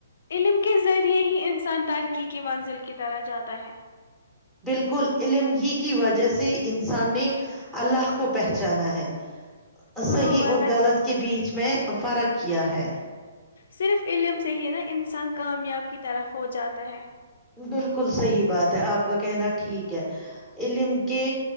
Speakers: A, on the left; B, in the centre.
A: علم کے ذریعے ہی انسان ترقی کی منزل کی طرح جاتا ہے
B: بالکل علم ہی کی وجہ سے انسان نے اللہ کو پہچانا ہے
A: ہاں
B: صحیح
A: ورنہ
B: اور غلط کے بیچ میں میں فرق کیا ہے
A: صرف علم سے ہی نا انسان کامیاب کی طرف ہو جاتا ہے
B: بلکل صحیح بات ہے آپ کا کہنا ٹھیک ہے علم کے